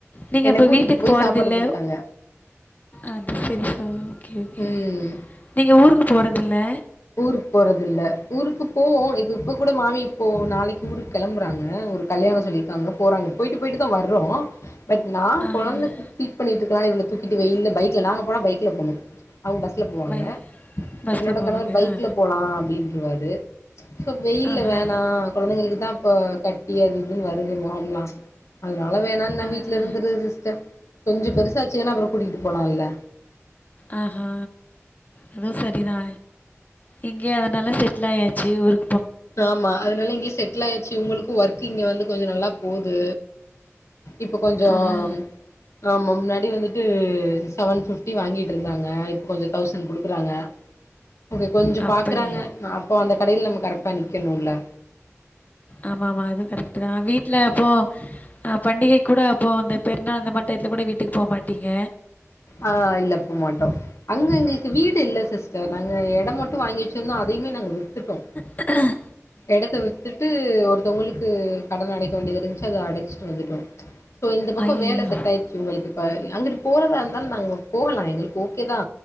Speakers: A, on the left; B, on the left.
A: நீங்க
B: என்னைய
A: அப்ப
B: கூட்டிட்டு
A: வீட்டுக்கு
B: போய்
A: போறதில்ல?
B: சாப்பாடு குடுத்தாங்க
A: அது சரி சார் ஓகே ஓகே
B: ம்
A: நீங்க ஊருக்கு போறதில்ல்
B: ஊருக்கு போறதில்ல ஊருக்கு போவோ இப்ப இப்ப கூட மாமி இப்போ நாளைக்கு ஊருக்கு கெளம்புறாங்க ஊருக் கல்யாணம் சொல்லியிருக்காங்க போறாங்க போயிட்டு போயிட்டு தா வர்றோ பட் நா
A: ஆ.
B: கொழந்திக்கு ஃபீட் பண்ணிட்ருக்கனால இவள தூக்கிட்டு வெய்ல பைக்ல நாங்க போனா பைக்ல போணு அவுங்க பஸ்ல போவாங்க
A: பை பஸ்ஸில்
B: என்னோட
A: போவாங்க
B: கணவர் பைக்ல
A: ஆ
B: போலா அப்டின்ருவாரு சோ வெயில்ல
A: ஆஹா
B: வேணா கொழந்தங்களுக்குதா இப்போ கட்டி அது இதுன் வருதுமா அப்லா அதனால வேணான் நா
A: அதானே
B: வீட்ல இருந்துருது சிஸ்டர் கொஞ்சு பெருசாச்சுங்கன்னா அப்புறோ கூட்டிட்டு போலால்ல
A: அ ஆ அதுவ் செரிதா இங்க்யே அதனால செட்லயாச்சு ஒரு
B: ஆமா அதனால இங்யே செட்லாயாச்சு இவ்ங்களுக்கு ஒர்க்கு இங்க வந்து கொஞ்சோ நல்லா போது இப்போ கொஞ்சோம்
A: ஆஹா
B: ஆமா முன்னாடி வந்துட்டு செவன் ஃபிஃப்டி வாங்கிட்டு இருந்தாங்க இப்போ கொஞ்சோ தௌசண் குடுக்குறாங்க அங்க கொஞ்சு
A: அப்படி
B: பாக்குறாங்க அப்போ அந்த கடையில் நம்ம கரெக்டா நிக்கணுல
A: ஆமா ஆமா அதுவு கரெக்ட்டுதா வீட்ல அப்போ அ பண்டிகைக்கூட அப்போ இந்த பெருநாள் அந்த மார் டயத்துல கூட வீட்டுக் போ மாட்டீங்க
B: ஆ இல்ல போமாட்டோ அங்க எங்களுக்கு வீடு இல்ல சிஸ்டர் நாங்க எடம் மட்டு வாங்கி வெச்சிந்தோ அதையுமே நாங்க வித்துட்டோ
A: ஆஹ
B: எடத்த வித்துட்டு ஒருத்தவங்களுக்கு கடன் அடைக்க வேண்டியது இருந்சு அதை அடச்சிட்டு வந்துட்டோ சோ இந்த பக்கோ
A: ஐயையோ
B: வேல செட் ஆயிச் எங்களுக்கு இப்ப அங்கட்டு போறதா இருந்தால் நாங்க போகலா எங்களுக்கு ஓகே தா